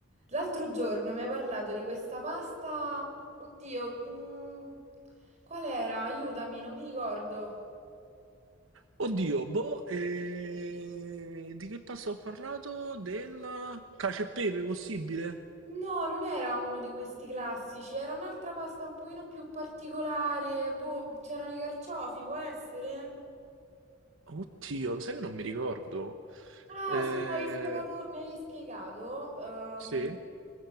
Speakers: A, on the right (about 35°); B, on the right (about 80°).
A: L'altro giorno mi hai parlato di questa pasta. Oddio, mm, qual era? Aiutami, non mi ricordo.
B: Oddio, boh, eh, di che pasta ho parlato? Della cacio e pepe, possibile?
A: No, non era uno di questi classici, era un'altra pasta un pochino più particolare. Boh, c'erano i carciofi, può essere?
B: Oddio, lo sai che non mi ricordo.
A: Ah,
B: Eh,
A: sì, mi avevi spiegato, mi avevi spiegato, ehm,
B: sì?